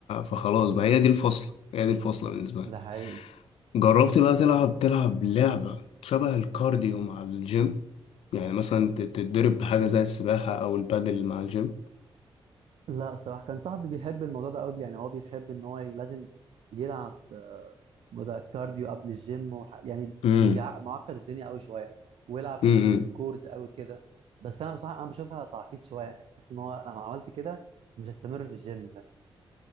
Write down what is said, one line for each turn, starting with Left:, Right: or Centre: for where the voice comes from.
Left: فخلاص
Right: بالظبط
Left: بقى هي دي الفصلة هي دي الفصلة بالنسبة لي
Right: ده حقيقي
Left: جربت بقى تلعب تلعب لعبة شبه الكارديو مع الجيم يعني مثلا ت- تتدرب بحاجة زي السباحة أو البادل مع الجيم
Right: لا الصراحة كان صاحبي بيحب الموضوع ده قوي يعني هو بيحب ان هو ي- لازم يلعب آه، اسمه ده كارديو قبل الجيم وح... يعني
Left: امم
Right: بيبع- معقد الدنيا قوي شوية ويلعب
Left: امم
Right: تمرين
Left: امم.
Right: للكورز قوي كده بس انا بصراحة انا بشوفها تعقيد شوية يعني بحس ان هو لما عملت كده مش هستمر في الجيم فاهم